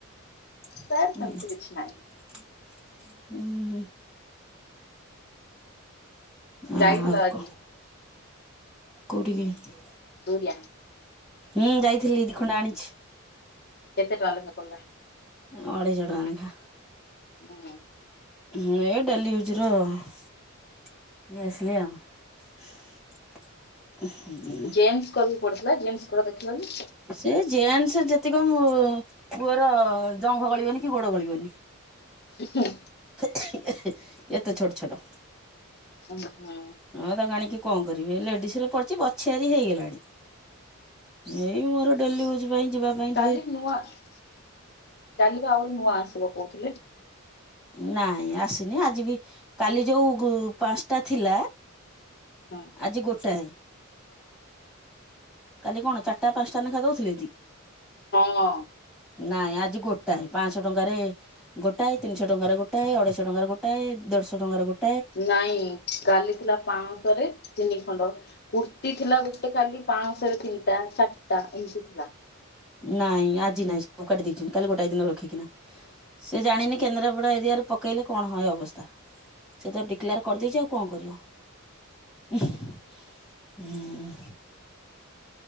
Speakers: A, in the centre; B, on the left.
A: ଉୁଁ
B: ତାର ସେମିତି କିଛି
A: ହୁଁ
B: ନାହିଁ
A: ହୁଁ ଆଉ
B: ଯାଇଥିଲା ଆଜି
A: କହ କୋଉଠିକି।
B: ଦୁରିଆ।
A: ଉୁଁ ଯାଇଥିଲି ଦି ଖଣ୍ଡ ଆଣିଛି।
B: କେତେ ଟଙ୍କା ଲେଖା ପଡିଲା।
A: ଅଢେଇଶହ ଟଙ୍କା ଲେଖା।
B: ଉୁଁ।
A: ହୁଁ ଏଇଡାଲି ଭେଜର ନେଇଆସିଲି। <unintelligible> ଉୁଁ ହୁଁ ଉୁଁ
B: <unintelligible>
A: ସେ ଜିନ୍ସ ଯେତିକ ପୁଅର ଜଙ୍ଘ ଗଳିବନି କି ଗୋଡ ଗଳିବନି।
B: <unintelligible>
A: <unintelligible> ଏତେ ଛୋଟ ଛୋଟ।
B: ଓ ହୋ।
A: ହଁ ତାକୁଆଣିକି କଣ କରିବେ ଲେଡିସରେ ପଡିଚି ବଛୁଆରି ହେଇଗଲାଣି। ଏଇ ମୋର ଡେଲି ୟୁଜ ପାଇଁ। ଯିବା ପାଇଁ ଟିକେ
B: କାଲିକି ନୂଆ କାଲିକି ଆଉଗୋଟେ ନୂଆ ଆସିବ କହୁଥିଲେ।
A: ନାଇଁ ଆସିନି ଆଜିବି କାଲି ଯୋଉ ପାଞ୍ଚଟା ଥିଲା।
B: ହୁଁ।
A: ଆଜି ଗୋଟାଏ। କାଲି କଣ ଚାରିଟା ପାଞ୍ଚଟା ଲେଖା ଦଉଥିଲେକି।
B: ହଁ।
A: ନାଇଁ ଆଜି ଗୋଟାଏ ପାଆଁଶହ ଟଙ୍କାରେ। ଗୋଟାଏ ତିିଶହ ଟଙ୍କାରେ ଗୋଟାଏ ଅଢେଇଶହ ଟଙ୍କାର ଗୋଟଏ ଦେଢଶହ ଟଙ୍କାରେ ଗୋଟ
B: ନାଇଁ କାଲିଥିଲା ପାଆଁଶହରେ ତିନି ଖଣ୍ଡ। କୁର୍ତ୍ତିୀ ଥିଲା ଗୋଟେ କାଲି ପାଆଁଶହରେ ତିନିଟା ସାତଟା ଏମିତି ଥିଲା।
A: ନାଇଁ ଆଜି ନାଇଁ ସବୁ କାଟିି ଦେଇଛନ୍ତି, କାଲି ଗୋଟାଏ ଦିନ ରଖିକିନା। ସେ ଜାଣିନି କେନ୍ଦ୍ରାପଡା ଏରିଆରେ ପକେଇଲେ କଣ ହୋଏ ଅବସ୍ଥା। ସେ ତ ଡିକ୍ଲାର କରିଦେଇଛି ଆଉ କଣ କରିବ। ହୁଁ।